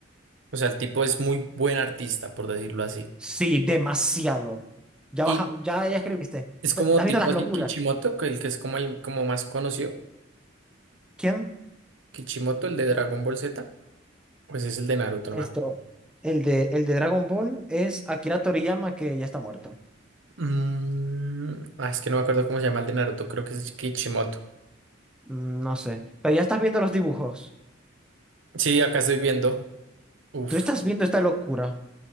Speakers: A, on the right; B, in the centre.
A: O sea, el tipo es muy buen artista, por decirlo así.
B: Sí, demasiado. Ya
A: Y
B: vas a- ya, ya escribiste.
A: Es como
B: Te- te ¿Has
A: tipo
B: visto las
A: así
B: locuras?
A: Kishimoto, que el que es como el como más conocido.
B: ¿Quién?
A: Kishimoto, el de Dragon Ball Z. Pues es el de Naruto, no
B: Esto.
A: me acuerdo.
B: El de, el de Dragon Ball es Akira Toriyama, que ya está muerto.
A: Mm, ah, es que no me acuerdo cómo se llama el de Naruto, creo que es Kishimoto.
B: Mm, No sé. Pero ya estás viendo los dibujos.
A: Sí, acá estoy viendo. Uf,
B: Tú estás viendo esta locura.